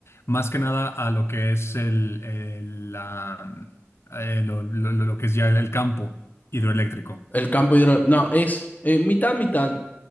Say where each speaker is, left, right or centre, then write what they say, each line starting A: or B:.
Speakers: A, on the left; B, on the left.
A: más que nada a lo que es el, el, la, eh, lo, lo- lo- lo que es ya el el campo hidroeléctrico.
B: El campo hidro... No, es eh, mitad, mitad.